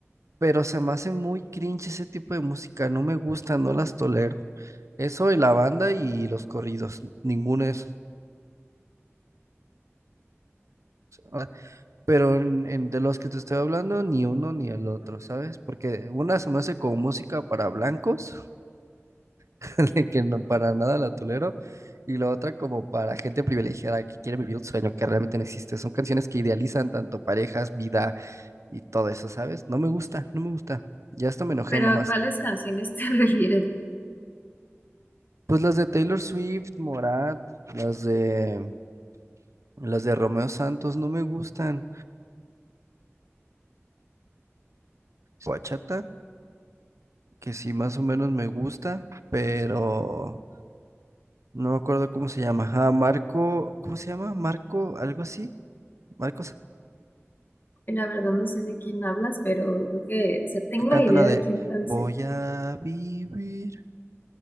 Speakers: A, on the right (about 85°); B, on the left (about 40°).
A: pero se me hace muy cringe ese tipo de música, no me gusta, no las tolero. Eso y la banda y los corridos, ninguno de esos. ah, Pero en, en- de los que te estoy hablando, ni uno ni el otro, ¿sabes? Porque una se me hace como música para blancos, <laughs> de que no para nada la tolero, y la otra como para gente privilegiada que quiere vivir un sueño que realmente no existe. Son canciones que idealizan tanto parejas, vida y todo eso, ¿sabes? No me gusta, no me gusta. Ya hasta me enojé
B: pero
A: nomás.
B: ¿a cuáles canciones te <laughs> refieres?
A: Pues las de Taylor Swift, Morat, las de las de Romeo Santos no me gustan. Bachata, que sí más o menos me gusta, pero no me acuerdo cómo se llama. Ah, Marco, ¿cómo se llama? Marco, algo así. Marco Sa-
B: La verdad no sé de quién hablas, pero creo que, o sea, tengo
A: que canta
B: la idea
A: la de
B: de quién tal vez,
A: Voy
B: eh,
A: a vivir.